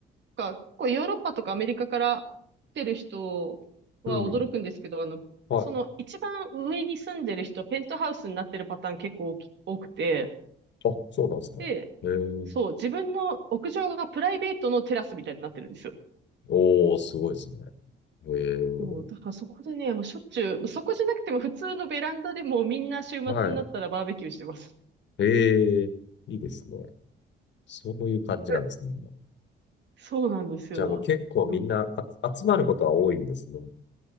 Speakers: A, on the right; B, on the left.
A: か、結構ヨーロッパとかアメリカから来てる人は驚くんですけど、
B: うん。
A: あの、
B: はい。
A: その一番上に住んでる人、ペントハウスになってるパターン結構多き多くて、
B: あ、そうなんですか。
A: で、
B: へえ。
A: そう、自分の屋上がプライベートのテラスみたいになってるんですよ。
B: おー、すごいですね。へえ。
A: そう、だからそこでね、もうしょっちゅう、そこじゃなくても普通のベランダでもみんな週末になったらバーベキューしてます。
B: はい。へえ。いいですね。そういう感じなんですね。
A: うんそうなんですよ。
B: じゃあもう結構みんなあ集まることは多いんですね。
A: なんか、